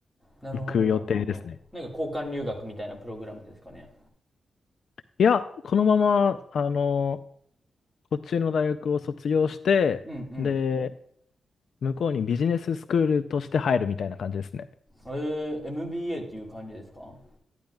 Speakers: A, in the centre; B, on the left (about 65°).
A: なるほど、
B: 行く予定ですね。
A: なるほど。なんか交換留学みたいなプログラムですかね。
B: いや、このまま、あの、こっちの大学を卒業して、
A: うんうん。
B: で、向こうにビジネススクールとして入るみたいな感じですね。
A: えー、MBA っていう感じですかは